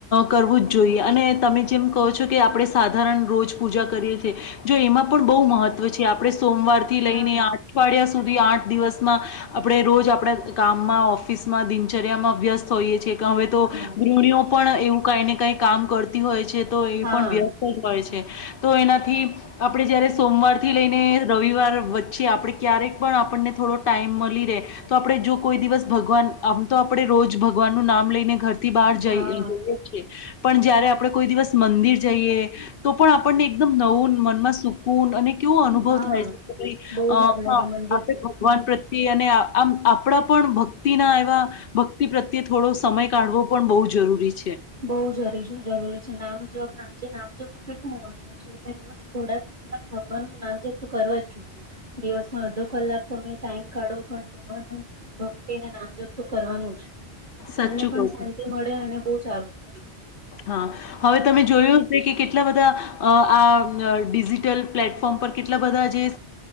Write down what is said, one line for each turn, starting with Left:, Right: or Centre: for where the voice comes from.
Left: કરવું જ જોઈ અને તમે જેમ કો છો કે આપણે સાધારણ રોજ પૂજા કરીએ છીએ જો એમાં પણ બહુ મહત્વ છે આપણે સોમવાર થી લઈને
Right: હા
Left: આ અઠવાડિયા સુધી આઠ દિવસમાં આપણે રોજ આપડા કામમાં ઓફિસમાં દિનચર્યામાં વ્યસ્ત હોઈએ છીએ. હવે તો
Right: હા
Left: ગૃહણીઓ પણ એવું કઈ ને કઈક. કામ કરતી હોય છે. તો એ
Right: હા
Left: પણ વ્યસ્ત જ હોય છે. તો એનાથી આપણે જયારે સોમવાર થી લઈને રવિવાર વચ્ચે આપણે. ક્યારેક પણ આપણને થોડો ટાઈમ મળી રહે તો આપણે જો કોઈ દિવસ ભગવાન આમ તો આપણે રોજ ભગવાનનું નામ લઈને ઘર. થી બહાર જઈ
Right: હા
Left: જઈએ છે. પણ જયારે આપણે કોઈ દિવસ મંદિર જઈએ. તો પણ આપણને એકદમ નવુંન મનમાં સુકૂન અને કેવો અનુભવ
Right: હા
Left: થાય છે કે, ભાઈ.
Right: બહુ સારું લાગે મંદિર
Left: આપડે ભગવાન
Right: હમ
Left: પ્રત્યે. અને આમ આપણા પણ. તિ ના એવા ભક્તિ પ્ર્ય. થોડો સમય કાઢવો પણ બહુ જરૂરી છે.
Right: બઉ જરી છે જરૂરી છે નામ જવાબ ના. જે નામ જપું કેટલું મહત્વ છે એટલે રોજ થોડાક મબ ભગવાન નું નામ જપ કરવા જ જોઈએ દિવસમાં અડધો કલાક તમે ટાઈમ કાઢો પણ ભગવાન ભક્તિને નામ જપત કરવાનું જ. બંને
Left: સાચું
Right: પણ
Left: કહું
Right: શાંતિ
Left: છું.
Right: મળે અને. બહ સારું. હમ.
Left: હા હવે તમે જોયું હશે કે, કેટલા બધા. અ આ ડિજિટલ પ્લેટફોર્મ પર કેટલા બધા જે